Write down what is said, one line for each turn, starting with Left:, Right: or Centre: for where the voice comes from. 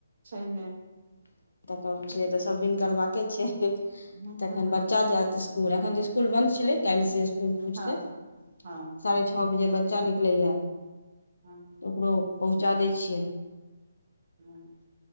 Right: छै नै
Left: <unintelligible> तऽ सब दिन करबा केँ छै
Right: हँ
Left: तखन
Right: हँ
Left: ब चा जैत इसकुल अखन तऽ इसकुल बन्द छलै काइल से इसकूल खुजते
Right: हँ
Left: <inaudible>
Right: हँ
Left: साढ़े छ बजे बच्चा निकले या
Right: हँ
Left: ओकरो पहुँचा दै छियै
Right: हूँ